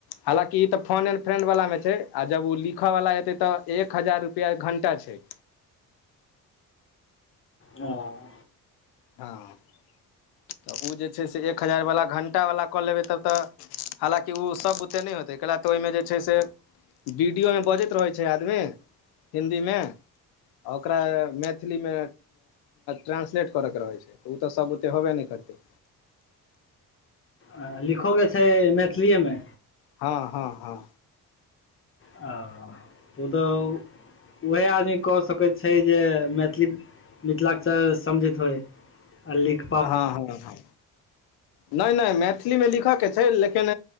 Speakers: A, on the left; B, on the left.
A: हलााँकि ई तऽ फोन एंड फ्रेंड वाल्ला मे छै आ जब ओ लिखय वला एतै तऽ एक हजार रुपआ घंटा छै
B: हं
A: हँ तऽ ओ जे छै से एक हजार वला घण्टा वला कऽ लेबै तब तऽ हलाकि ओसभ बुते नै होतै कैल तऽ ओईमे जे छै से वीडियो मे बजैत रहै छै आदमी हिन्दी मे ओकरा मैथिली मे ट्रांसलेट करऽके रहै छै उ तऽ सब बुते होबे नै करतै
B: आ लिखोे के छै मैथिलीएमे
A: हँ हँ हँ
B: हं हं ओतू उएहे आदमी कऽ सकैत छै जे मैथिली मिथिलाकक्षर समझैत होइ आ लिख
A: हँ हँ हँ नै नै मैथिली मे लिखऽ के छै लेकिन